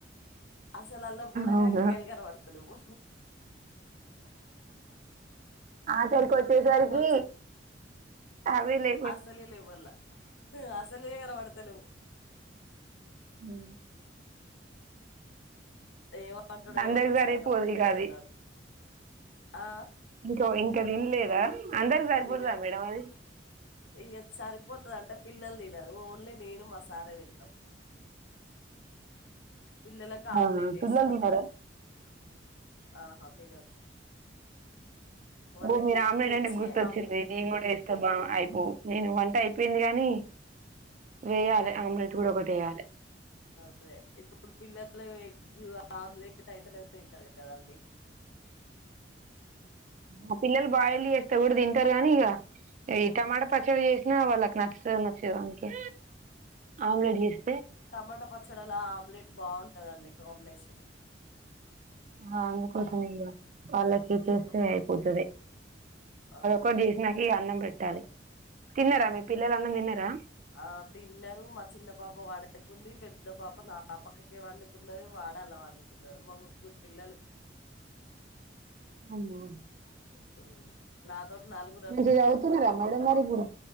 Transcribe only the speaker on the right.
అవునా
ఆసరికి వచ్చేసరికి
ఆవేలే
ఉ
అందరికి
సరిపోదు
ఇగ అది
ఇంకో ఇంకా తినలేదా అందరికి సరిపోతుందా
మేడం అది
ఆహా
పిల్లలు తినరా
ఓ
ఆమ్లేడ్
అంటే గుర్తుచ్చింది
నీను కూడా ఏస్తే బా అయిపో నేను వంట అయిపోయింది గాని వేయ్యాలి
ఆమ్లెట్ కూడా ఒకటి వేయాలే
ఆ పిల్లలు బాయిల్ చేస్తే కూడా తింటారు కానీ ఇగ ఈ టమాటా పచ్చడి చేసినా వాళ్ళకి
నచ్చదు నచ్చేదో అందుకే ఆమ్లెట్ చేసిన
ఆ అందుకోసమే ఇక వాళ్ళకి చేస్తే
అయిపోతుంది
మా డిసి నాకు ఈ అన్నం పెట్టాలి తిన్నారా
మీ పిల్లలు అన్నం తిన్నారా
అవున
మంచిగా చదువుతున్నారా మేడం మరి ఇప్పుడు